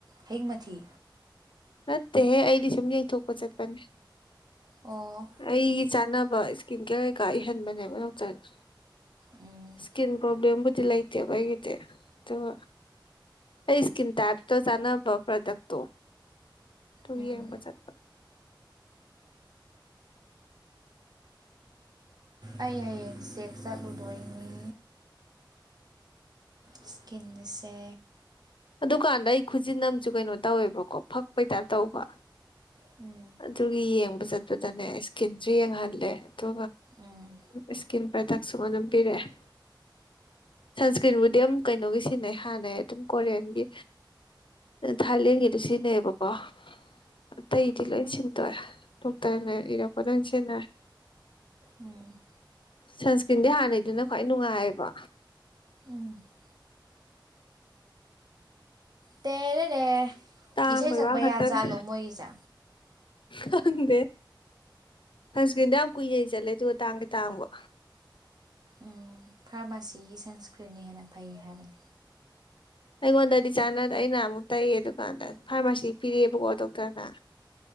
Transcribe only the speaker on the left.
ꯅꯠꯇꯦꯍꯦ ꯑꯩꯗꯤ ꯁꯨꯝ ꯌꯩꯊꯣꯛꯄ ꯆꯠꯄꯅꯦ
ꯑꯩꯒꯤ ꯆꯥꯅꯕ ꯏꯁꯀꯤꯟ ꯀꯦꯌꯔ ꯀꯩꯀꯥ ꯏꯍꯟꯕꯅꯦꯕ ꯗꯣꯛꯇꯔꯗ
ꯏꯁꯀꯤꯟ ꯄ꯭ꯔꯣꯕ꯭ꯂꯝꯕꯨꯗꯤ ꯂꯥꯏꯇꯦꯕꯒꯤꯗꯦ ꯑꯣ ꯑꯩ ꯏꯁꯀꯤꯟ ꯇꯥꯏꯞꯇ ꯆꯥꯟꯅꯕ ꯄ꯭ꯔꯗꯛꯇꯣ ꯇꯨ
ꯌꯦꯡꯕ ꯆꯠ
ꯑꯗꯨꯀꯥꯟꯗ ꯑꯩ ꯈꯨꯖꯤꯟ ꯑꯃꯁꯝꯨ ꯀꯩꯅꯣ ꯇꯧꯋꯦꯕꯀꯣ ꯐꯛꯄꯩꯇꯥꯞ ꯇꯧꯕ
ꯑꯗꯨꯒꯤ ꯌꯦꯡꯕ ꯆꯠꯄꯗꯅꯦ ꯏꯁꯀꯤꯟꯁꯨ ꯌꯦꯡꯍꯜꯂꯦ ꯑꯇ
ꯏꯁꯀꯤꯝ <inaudible> ꯄ꯭ꯔꯗꯛꯁꯨ ꯑꯗꯨꯝ ꯄꯤꯔꯛꯑꯦ ꯁꯟꯁꯀ꯭ꯔꯤꯟꯕꯨꯗꯤ ꯑꯗꯨꯝ ꯀꯩꯅꯣꯒꯤ ꯁꯤꯖꯤꯟꯅꯩ ꯍꯥꯟꯅꯩ ꯑꯗꯨꯝ ꯀꯣꯔꯤꯌꯟꯒꯤ ꯊꯥꯏꯂꯦꯟꯒꯤꯗꯨ ꯁꯤꯖꯤꯟꯅꯩꯕꯀꯣ ꯑꯇꯩꯗꯤ ꯂꯣꯏ ꯁꯤꯟꯗꯣꯛꯑꯦꯣꯛꯇ ꯏꯔꯛꯄ ꯂꯣꯏ ꯁꯤꯖꯤꯟꯅꯔꯦ
ꯁꯟꯁꯀ꯭ꯔꯤꯟꯗꯤ ꯍꯥꯟꯅꯩꯗꯨꯅ ꯈ꯭ꯋꯥꯏ ꯅꯨꯡꯉꯥꯏꯌꯦꯕ
ꯇꯥꯡꯕꯩ
ꯋꯥ ꯈꯛꯇꯅꯦ
ꯈꯪꯗꯦ ꯁꯪꯁꯀ꯭ꯔꯤꯟꯗꯣ ꯌꯥꯝ ꯀꯨꯏꯅꯩ ꯆꯠꯂꯦ ꯑꯗꯨꯒ ꯇꯥꯡꯒꯦ ꯇꯥꯡꯕ
ꯑꯩꯉꯣꯟꯗꯗꯤ ꯆꯥꯟꯅꯗ ꯑꯩꯅ ꯑꯃꯨꯛ ꯇꯛꯑꯦ ꯑꯗꯨꯀꯥꯟꯗ ꯐꯥꯔꯃꯥꯁꯤ ꯄꯤꯔꯛꯑꯦꯕꯀꯣ ꯑ